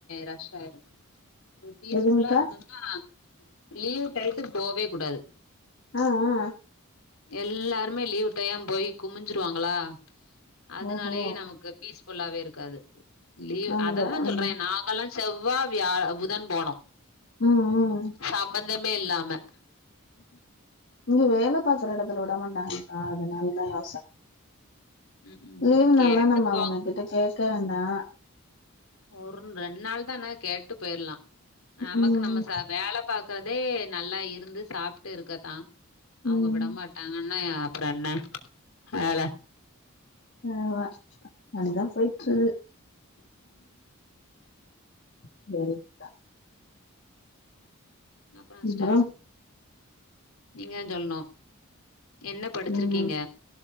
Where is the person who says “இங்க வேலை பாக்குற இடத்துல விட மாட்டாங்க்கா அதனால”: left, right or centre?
Left